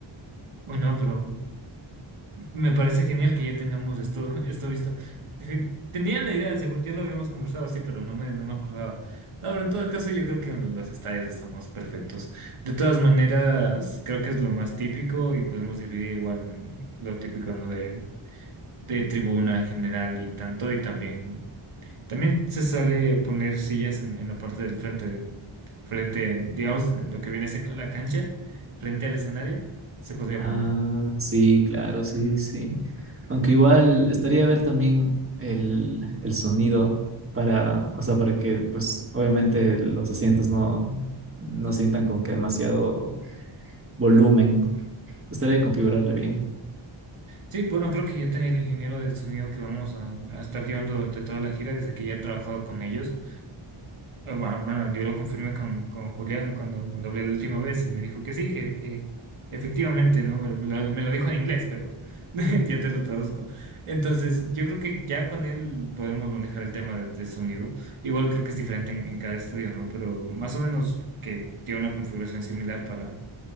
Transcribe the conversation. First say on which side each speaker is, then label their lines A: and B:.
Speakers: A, on the right; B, on the right.
A: Uy, no, pero Me parece genial que ya tengamos esto, <laughs> esto visto. Dije, Tenía la idea, según yo lo habíamos conversado, así pero no me, no me acordaba. No, pero en todo caso yo creo que en los estadios estamos perfectos. De todas maneras, creo que es lo más típico y podemos dividir igual en lo típico, ¿no? De, de tribuna general y tanto, y también, también se sale poner sillas en, en la parte del frente, frente, digamos, en lo que viene siendo la cancha, frente al escenario, se podría
B: Ah,
A: poner.
B: sí, claro, sí, sí. Aunque igual estaría ver también el, el sonido para, o sea, para que, pues, obviamente los asientos no, no sientan como que demasiado volumen. Estaría de configurarle bien.
A: Sí, bueno, creo que ya tenía el ingeniero de sonido que vamos a, a estar llevando durante toda la gira, desde que ya he trabajado con ellos. Ah, Bueno, bueno, yo lo confirmé con, con Julián cuando, cuando hablé la última vez y me dijo que sí, que, que efectivamente, ¿no? Me lo, me lo- me lo dijo en inglés, pero <laughs> ya te lo traduzco. Entonces, yo creo que ya con él podemos manejar el tema de- del sonido. Igual creo que es diferente en, en cada estudio, ¿no? Pero más o menos que tiene una configuración similar para,